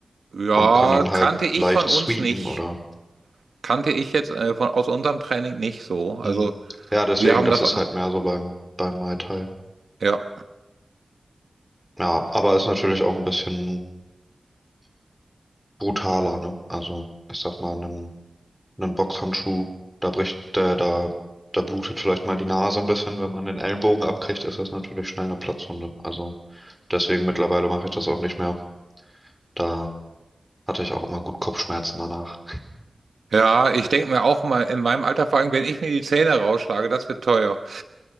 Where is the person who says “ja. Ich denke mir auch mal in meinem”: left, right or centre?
Right